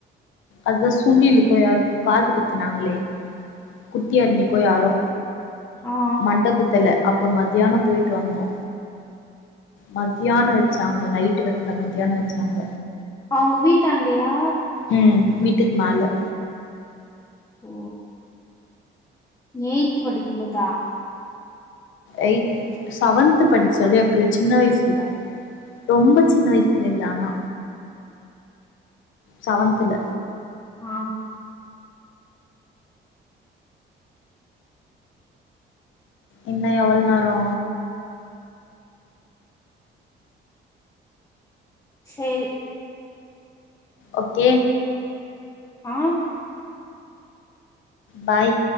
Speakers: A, on the left; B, on the left.
A: அத்தா சுண்ணிலுக்கோ யாருக்கோ காது குத்துனாங்ளே குட்டி அர்னிக்கோ யாரோ
B: ஆ
A: மண்டபத்துல அப்ப மதியான போய்ட்டு வந்தோ மத்யான வச்சாங்க நைட்டு வெக்கல மத்யான வச்சாங்க
B: அவ்ங்க வீட்டாண்டயா
A: ம் வீட்டுக்கு மேல
B: ஓ எய்த் படிக்கும்புதா
A: எய்த செவன்த்து படிக் சொல்லி எப்யோ சின்ன வயசுல தா ரொம்ப சின்ன வயசுல இல் ஆனா சவன்த்துல
B: ஆ
A: இன்னு எவள் நேரோ
B: சேரி
A: ஒக்கே
B: ஆ
A: பாய்